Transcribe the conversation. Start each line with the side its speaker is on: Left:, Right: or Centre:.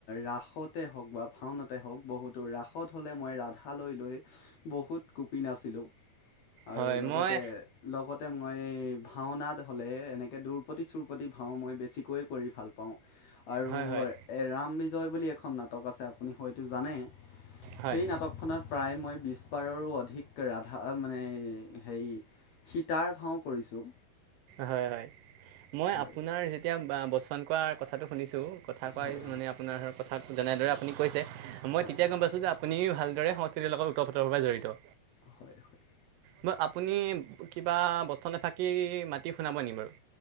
Left: ৰাসতে হওক বা ভাওনতে হওক বহুতো ৰাসত হ'লে মই ৰাধালৈ লৈ বহুত গোপি নাছিলোঁ। আৰু
Right: হয়
Left: লগতে
Right: মই
Left: লগতে মই ভাওনা হলে তনেকে দূুৰপতি চুৰপতি ভাওঁ মই বেছিকৈয়ে কৰি ভাল পাওঁ আৰু
Right: হয় হয়
Left: এ ৰাম বিজয় বুলি এখন নাটক আছে আপুনি হয়তো জানে,
Right: হয়
Left: সেই নাটকখনত প্ৰায় মই বিছ বাৰৰো অধিক ৰাধা মানে হেৰি সীতাৰ ভাওঁ কৰিছোঁ।
Right: হয় হয় মই
Left: হয়
Right: আপোনাৰ যেতিয়া বচন কোৱা কথাটো শুনিছোঁ কথা কয়
Left: হয়
Right: মানে আপোনাৰ কথা যেনেদৰে আপুনি কৈছে মই
Left: হয়
Right: তেতিয়া গম পাইছোঁ যে আপু আপুনি ভালদৰে সংস্কৃতিৰ লগত উত পোত ভাবে জড়িত
Left: হয় হয়
Right: মই আপুনি কিবা বচন এফাকি মাটি শুনাব নি বাৰু